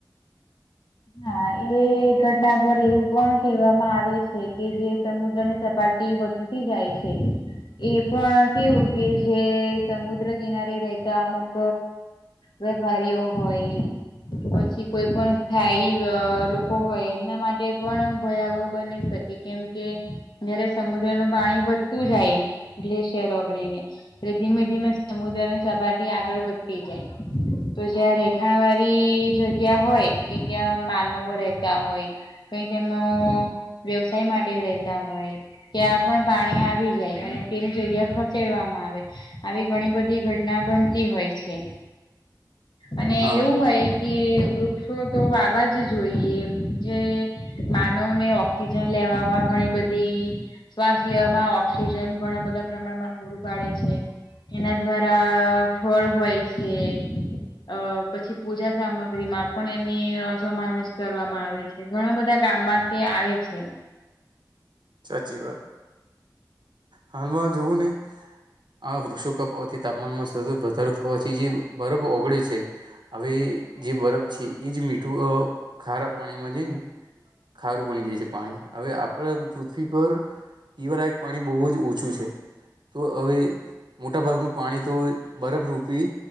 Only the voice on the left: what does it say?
હા એ ઘટના પર એવું પણ કહેવામાં આવે છે કે જે સમુદ્ર ની સપાટી વધુ જાય છે એ પણ કેવું કે, જે સમુદ્ર કિનારે રહેતા અમુક. વેપારીઓ હોય, પછી કોઈ પણ થાય, લોકો હોય એમના માટે પણ ભયાવહ બની શકે, કેમકે જયારે સમુદ્ર નું પાણી વધતું જાય ગ્લેશિયર ઓકડીને એટલે ધીમે ધીમે સમુદ્ર ની સપાટી આગળ વધતી જાય તો જ્યાં રહેઠાણ વાળી જગ્યા હોય કે ક્યાં માનવો રહેતા હોય કઈ તેમનો વ્યવસાય માટે તા હોય ત્યાં પણ પાણી આવી જાય અને તેની જગ્યા ખ કહેવામાં આવે, આવી ઘણી બધી ઘટના બનતી હોય છે. અને,
એવું હોય કે વૃક્ષ તો વાવા જ જોઈએ, જે માનવ ને ઓક્સિજન લેવામાં ઘણી બધી. શ્વાસ લેવામાં ઓક્સિજન ઘણા બધા પ્રમાણમાં પૂરું પાડે છે. એના દ્વારા ફળ હોય છે. અ પછી પૂજા સામગ્રી માં. પણ, એની સમાવેશ કરવામાં આવે, છે ઘણા બધા ગામમાંથી આવે છે.